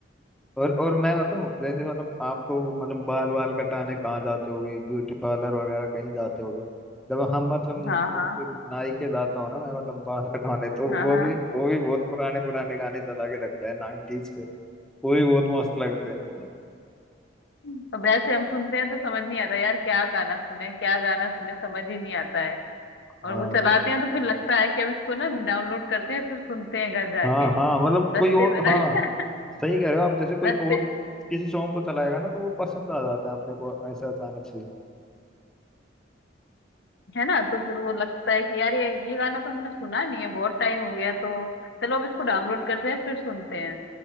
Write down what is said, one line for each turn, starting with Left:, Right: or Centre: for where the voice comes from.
Centre: और और मैं बताऊं जैसे मतलब आप तो मतलब बाल वाल कटाने कहाँ जाते होगे ब्यूटी पार्लर वगैरह कहीं जाते होगे जब हम मतलब
Left: हाँ
Centre: उसके
Left: हाँ
Centre: नाई के जाता हूँ ना मैं मतलब बाल कटवाने तो
Left: हाँ
Centre: वो
Left: हाँ
Centre: भी वो भी बहुत पुराने पुराने गाने चला के रखता है 90s पे वो भी बहुत मस्त लगते हैं
Left: तो वैसे हम सुनते हैं तो समझ नहीं आता यार क्या गाना सुने क्या गाना सुने समझ ही नहीं आता है
Centre: हाँ
Left: और वो चलाते हैं तो फिर लगता है कि अब इसको ना डाउनलोड करते हैं फिर सुनते हैं घर जाके
Centre: हाँ हाँ मतलब
Left: रस्ते
Centre: कोई और
Left: में ना-
Centre: हाँ सही कह रहे हो आप जैसे कोई
Left: <laughs> रस्ते
Centre: और किसी सॉन्ग को चलाएगा ना तो वो पसंद आ जाता है अपने को ऐसा अचानक से
Left: है ना तो फिर वो लगता है कि यार ये ये गाना तो हमने सुना नहीं है बहुत टाइम हो गया तो चलो अब इसको डाउनलोड करते हैं फिर सुनते हैं